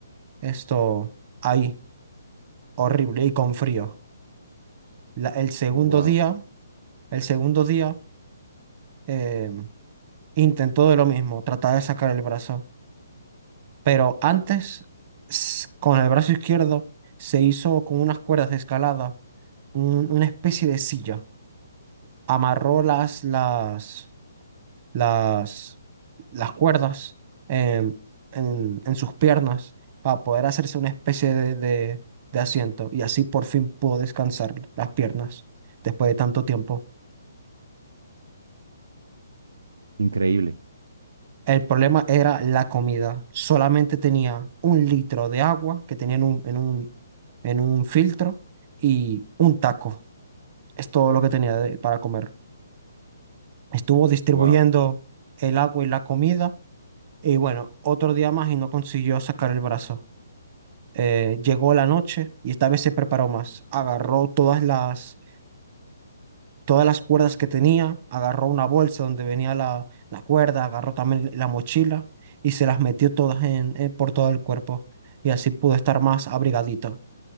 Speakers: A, on the right; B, on the right.
A: esto ahí, horrible y con frío. La- el segundo
B: Wow.
A: día, el segundo día eh, intentó de lo mismo, tratar de sacar el brazo, pero antes s- con el brazo izquierdo se hizo con unas cuerdas de escalada un- una especie de silla, amarró las las las las cuerdas em, en, en sus piernas para poder hacerse una especie de, de de asiento y así por fin pudo descansar las piernas después de tanto tiempo.
B: Increíble.
A: El problema era la comida. Solamente tenía un litro de agua que tenía en un, en un, en un filtro y un taco. Es todo lo que tenía de- para comer. Estuvo distribuyendo
B: Wow.
A: el agua y la comida y bueno, otro día más y no consiguió sacar el brazo. Eh, llegó la noche y esta vez se preparó más. Agarró todas las todas las cuerdas que tenía, agarró una bolsa donde venía la, la cuerda, agarró también la mochila y se las metió todas en, en- por todo el cuerpo. Y así pudo estar más abrigadito.